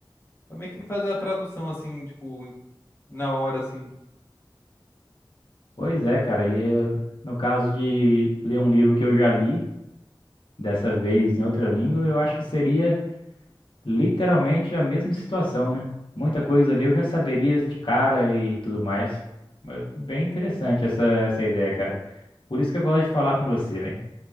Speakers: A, on the left; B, on the left.
A: pra meio que fazer a tradução assim, tipo, na hora assim.
B: Pois é, cara. E eu- no caso de ler um livro que eu já li, dessa vez em outra língua, eu acho que seria literalmente a mesma situação, né? Muita coisa ali eu já saberia de cara e tudo mais. Mas Bem interessante essa, essa ideia, cara. Por isso que eu gosto de falar com você, velho.